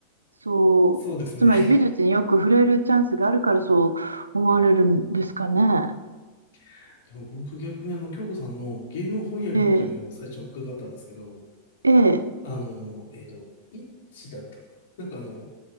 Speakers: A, on the right (about 80°); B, on the left (about 55°).
A: そう、
B: <laughs> そうですね。
A: つまり美術によく触れるチャンスがあるからそう思われるんですかね。
B: <laughs> でも僕逆にあの、京子さんのゲーム翻訳っていうのを最初に伺ったんですけど、
A: ええ、ええ、え
B: あの、えっと、イッチだったかな。なんかあの、